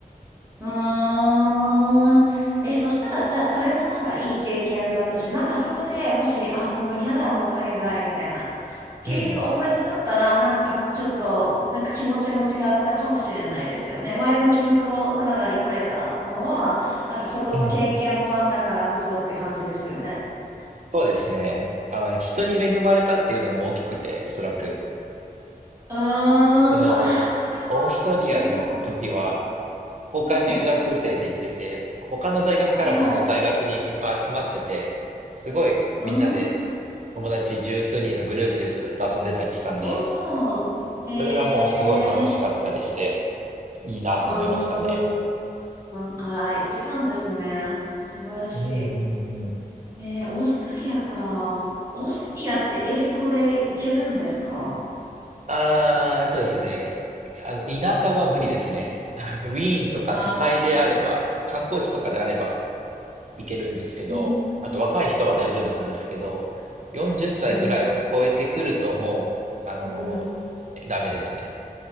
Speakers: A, on the right; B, on the right.
A: うーん。え、そしたら、じゃあ、それはなんかいい経験だったし、なんかそこでもし、あ、もう嫌だわ、海外、みたいな、っていう思い出だったら、
B: うん
A: なんかもうちょっと、なんか気持ちも違ったかもしれないですよね。前向きにこう、カナダに来れたのは、なんかそこの経験もあったからこそって感じですよね。
B: うん。うん。そうですね。あの、人に恵まれたっていうのも大きくて、おそらく。
A: うーん、
B: その、
A: あー、それは、
B: オーストリアの時は、
A: うん、
B: 交換留学生で行ってて、
A: うん、
B: 他の大学からもその大学にいっぱい集まってて、
A: はいはい。
B: すごいみんなで
A: うん、
B: 友達十数人のグループでずっと遊んでたりしたんで、
A: うん。へえ。
B: それがもうすごい楽しかったりして、いいなと思いましたね。
A: うーん。あー、一番ですね。素晴らし
B: うんうんうん。
A: い。えー、オーストリアか。オーストリアって英語でいけるんですか
B: あー、あとですね、あの、田舎は無理ですね。あのウィーンとか都会であれば、
A: あー、
B: 観光地とかであればいけるんですけど、
A: うん。
B: あと若い人は大丈夫なんですけど、40歳ぐらいを超えてくるともう、
A: うん。
B: あの、
A: うん。
B: ダメですね。